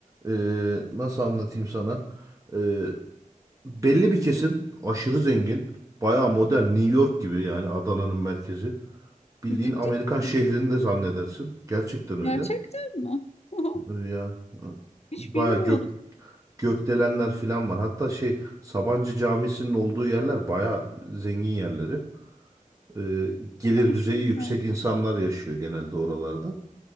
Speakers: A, on the right (about 20°); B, on the left (about 50°).
A: Ee, nasıl anlatayım sana? Ee, belli bir kesim aşırı zengin. Bayağı modern New York gibi yani Adana'nın merkezi. Bildiğin
B: Ciddi
A: Amerikan
B: misin?
A: şehrini de zannedersin. Gerçekten öyle.
B: Gerçekten mi? <laughs>
A: Ee, Ya
B: Hiç
A: bayağı
B: bilmiyordum.
A: gök gökdelenler falan var. Hatta şey Sabancı Camisi'nin olduğu yerler bayağı zengin yerleri. Ee, gelir
B: Hiç
A: düzeyi
B: bilmiyordum.
A: yüksek insanlar yaşıyor genelde oralarda.